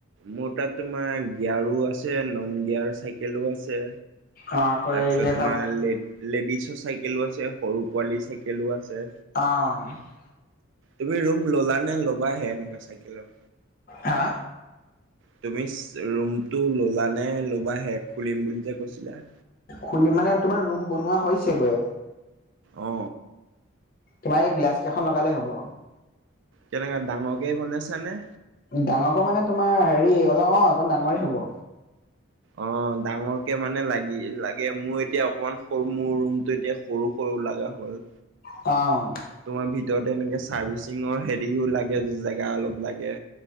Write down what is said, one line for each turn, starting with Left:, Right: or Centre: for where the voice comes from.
Right: মোৰ তাত তোমাৰ গিয়াৰো আছে, নন, গিয়াৰ চাইকেলো আছে।
Left: অ' আকৌ
Right: তাৰপিছত
Left: এই যে
Right: তোমাৰ
Left: এখন
Right: লে, লেডিছৰ চাইকেলো আছে, সৰু পোৱালি চাইকেলো আছে।
Left: অ'
Right: তুমি ৰুম ল'লা নে ল'বাহে এনেকুৱা চাইকেলৰ
Left: হা?
Right: তুমি ৰুমটো ল'লা নে ল'বাহে খুলিম বুলি যে কৈছিলা?
Left: খুুলি মানে তোমাৰ ৰুম বনোৱা হৈছেগৈ।
Right: অ,
Left: তোমাৰ এই গ্লাছ কেইখন লগালে হ'ব।
Right: কেনেকে ডাঙৰকেই বনাইছানে।
Left: ডাঙৰকৈ মানে তোমাৰ হেৰি, অলপ অ অকণ ডাঙৰে হ'ব।
Right: অ, ডাঙৰকে মানে লাগি লাগে মোৰ এতিয়া অকমান সৰু মোৰ ৰুমটো এতিয়া সৰু সৰু। লগা হ'ল।
Left: অ,
Right: তোমাৰ ভিতৰত এনেকে চাৰ্ভিচিঙৰ হেৰিও লাগে জেগা অলপ লাগে।